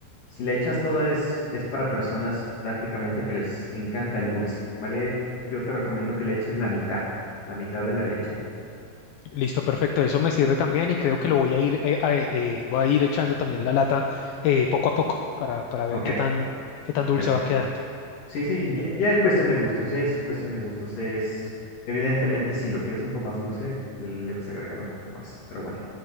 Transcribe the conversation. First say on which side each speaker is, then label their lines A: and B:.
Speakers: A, on the left (about 55°); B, on the left (about 80°).
A: si la echas toda es, es para personas prácticamente que les encanta el dulce, ¿vale? Yo te recomiendo que le eches la mitad, la mitad de la lechera.
B: Listo, perfecto, eso me sirve también y creo que lo voy a ir, eh, a- eh, voy a ir echando también la lata eh, poco a poco para, para ver
A: Ok,
B: qué tan, qué tan dulce
A: dale.
B: va quedando.
A: Sí, sí, ya, ya es cuestión de gustos, ya es cuestión de gustos, es... Evidentemente, si lo quieres un poco más dulce, le vas a agregar un poco más, pero bueno.